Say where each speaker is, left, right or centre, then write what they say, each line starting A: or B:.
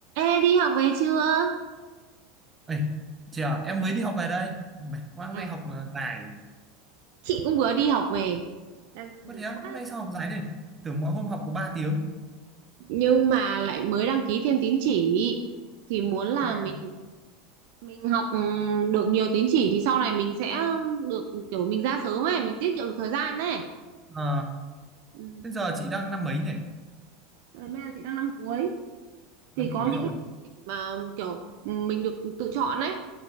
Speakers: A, on the right (about 55°); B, on the right (about 20°).
A: Ê đi học về chưa?
B: Ê, chị à, em mới đi học về đây. Mệt quá,
A: Yeah.
B: hôm nay học ờ, dài.
A: Chị cũng vừa đi học về đang mệt
B: Có thế á,
A: quá
B: hôm nay sao học dài đây? Tưởng mỗi hôm học có ba tiếng.
A: nhưng mà lại mới đăng ký thêm tín chỉ thì muốn là
B: Ai
A: mình
B: à?
A: mình học ừ, được nhiều tín chỉ thì sau này mình sẽ được kiểu mình ra sớm ấy, mình tiết kiệm được thời gian ấy.
B: Ờ,
A: Ừ.
B: thế giờ chị đang năm mấy nhỉ?
A: Rồi, Bây giờ chị đang năm cuối thì
B: Năm
A: có
B: cuối
A: những
B: rồi.
A: cái mà kiểu mình được tự chọn ấy